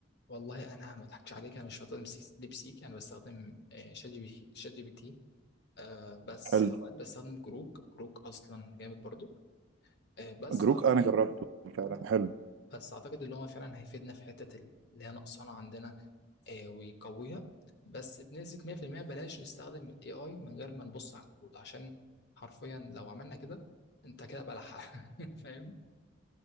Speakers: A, on the left; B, on the right.
A: والله انا ما اضحكش عليك انا مش بستخدم سي- ديب سيك انا بستخدم آه، شات جي بي تي شات جي بي تي آه بس
B: حلو
A: اوقات بستخدم كروك كروك اصلا جامد برضو آه بس
B: جروك
A: اعتقد
B: انا جربته فعلا حلو
A: بس اعتقد اللي هو فعلا هيفيدنا في حته اللي هي نقصانه عندنا آه، ويقويها بس بنسبة 100% بلاش نستخدم ال AI من غير ما نبص على الكود عشان حرفيا لو عملنا كده انت كده بلح <laughs> فاهم